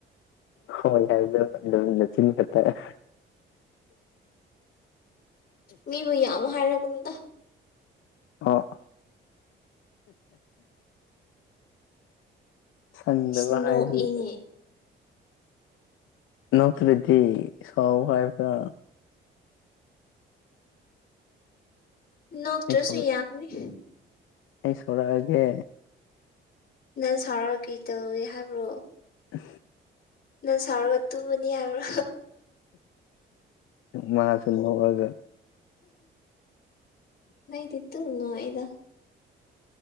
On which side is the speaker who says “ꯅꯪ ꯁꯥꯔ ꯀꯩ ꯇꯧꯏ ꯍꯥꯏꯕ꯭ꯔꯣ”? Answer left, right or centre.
Left